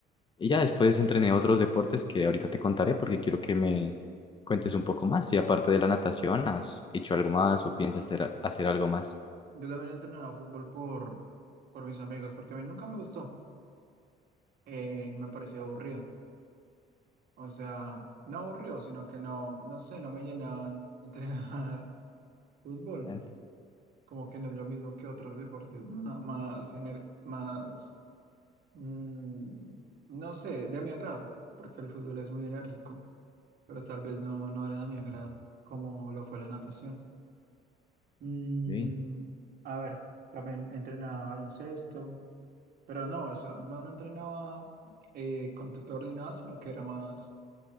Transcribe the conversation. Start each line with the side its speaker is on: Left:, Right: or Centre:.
Left: Y ya después entrené otros deportes que ahorita te contaré porque quiero que me cuentes un poco más. Si aparte de la natación, ¿has hecho algo más o piensas hacer, hacer algo más?
Right: Yo también he entrenado fútbol por, por mis amigos, porque a mí nunca me gustó. Eh, me parecía aburrido. O sea, no aburrido, sino que no, no sé, no me llenaban entrenar <laughs> fútbol.
Left: Ah,
Right: como que no es lo mismo que otros deportes ma- más, ener- más, mm, no sé, de mi agrado, porque el fútbol es muy enérgico, pero tal vez no, no era de mi agrado, como lo fue la natación. Mm,
Left: ok.
Right: a ver, también entrenaba baloncesto, pero no, eso, no, no entrenaba eh, con tutor ni nada, sino que era más